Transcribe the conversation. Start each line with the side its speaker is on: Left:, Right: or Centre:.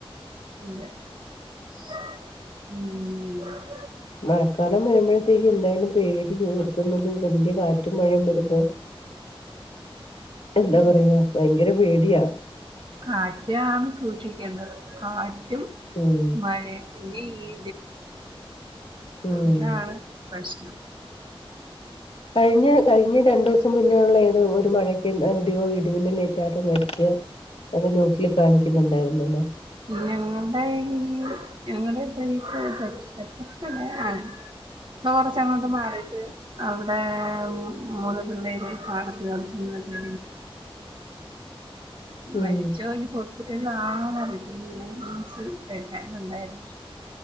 Right: <inaudible>
Left: മഴക്കാലം വരുമ്പോഴത്തേക്ക് എന്തായാലും പേടി ഓർക്കുന്നത് വല്ല്യ കാറ്റും മഴയും വരുമ്പോ. എന്താ
Right: അ
Left: പറയാ ഭയങ്കര പേടിയാ
Right: കാറ്റാണ് സൂക്ഷിക്കേണ്ടത്. കാറ്റും
Left: ഉം
Right: മഴ പിന്നെ ഈ.
Left: ഉം
Right: ഇതാണ് പ്രശ്നം.
Left: കഴിഞ്ഞ കഴിഞ്ഞ രണ്ടുദിവസം മുന്നേള്ള ഏത് ഒരു മഴയ്ക്ക് എവിടെയോ ഇടിമിന്ന ലേറ്റ ആരൊ മരിച്ച്. അത് ന്യൂസില് കാണിക്കുന്നുണ്ടായിര്ന്നല്ലോ.
Right: ഞങ്ങളുടേയ് ഞങ്ങള്. <unintelligible> ഇടെ കൊറച്ചങ്ങോട്ട് മാറിട്ട് അവിടേ മൂന്ന് പിള്ളേര് പാടത്ത് കളിച്ച്
Left: ഉം
Right: മരിച്ചോ ഇനി ഹോസ്പിറ്റലിആണോ ങ്ങനെന്യൂസ് എട്ടായി കണ്ടായിരുന്നു.